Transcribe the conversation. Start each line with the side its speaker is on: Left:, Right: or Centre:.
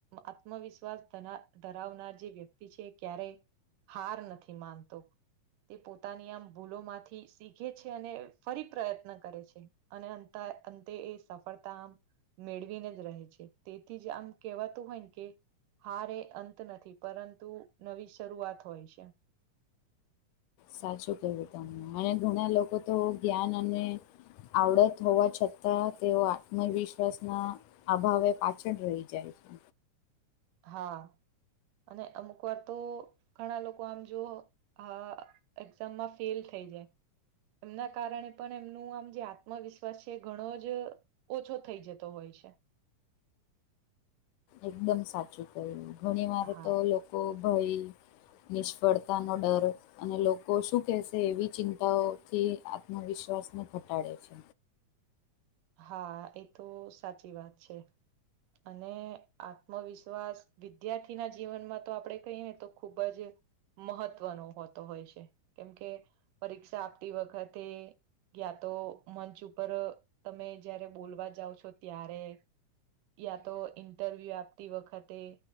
Right: આત્મવિશ્વાસ ધરાવનાર જે વ્યક્તિ છે ક્યારે. હાર નથી માનતો. તે પોતાની આમ ભૂલો માંથી શીખે છે. અને ફરી પ્રયત્ન કરે છે. અને અ અંતે એ સફળતા આમ. મેળવીને જ રહે છે. તેથી જ આમ કેહેવાતું હોય ને કે. હારારે એ અંત નથી. પરંતુ નવી શરૂઆત હોય છે.
Left: સાચું કેવું તમને. અને ઘણા લોકો તો જ્ઞાન અને. આવડત હોવા છતાં, તેઓ આત્મવિશ્વાસના. આ ભાવે પાછળ રહી જાય છે.
Right: હા! અને અમુક વાર તો ઘણા લોકો આમ જો. હા એક્ઝામમાં ફેલ થઈ જાય. એમના કારણે પણ એમનું આમ જે આત્મવિશ્વાસ છે ઘણો જ. ઓછો થઈ જતો હોય છે.
Left: એકદમ સાચું કહ્યુ. ઘણી વાર
Right: હા
Left: તો લોકો ભાઈ. નિષ્ફડતા નોડર અને લોકો શું કેશે એવી ચિંતાઓથી આત્મવિશ્વાસને ઘટાડે છે
Right: હા એ તો સાચી વાત છે અને આત્મવિશ્વાસ વિદ્યાર્થીના જીવનમાં તો આપડે કહીએ તો ખુબ જ મહત્વનો હોતો હોય છે કેમકે પરીક્ષા આપતી વખતે કયા તો મંચ ઉપર તમે જારે બોલવા જાઓ છો ત્યારે યા તો ઇન્ટરવ્યુ આપતી વખતે